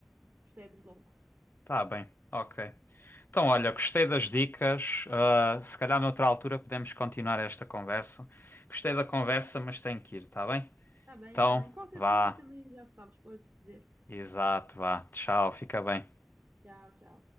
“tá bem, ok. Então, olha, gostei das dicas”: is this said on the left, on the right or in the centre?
Left